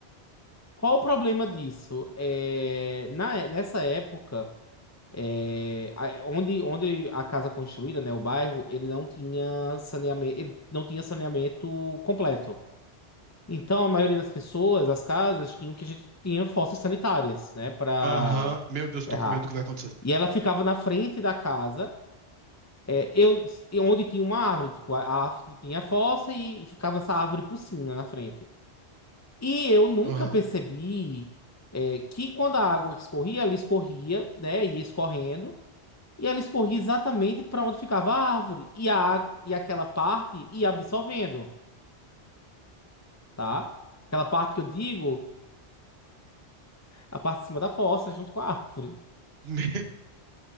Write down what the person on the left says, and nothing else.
Qual o problema disso? É, na, nessa época, é, a- onde, onde a casa construída, né, o bairro, ele não tinha saneamento, ele não tinha saneamento completo. Então, a maioria das pessoas, as casas, tinham que a gente tinha fossas sanitárias, né, para
errar.
E ela ficava na frente da casa, é, eu, e onde tinha uma árvore, tipo, a, a árvore tinha a fossa e, ficava essa árvore por cima na frente. E eu nunca
percebi, é, que quando a água escorria, ela escorria, né, ia escorrendo, e ela escorria exatamente para onde ficava a árvore, e, a, á- e aquela parte ia absorvendo, tá? Aquela parte que eu digo. A parte de cima da fossa, junto com a árvore.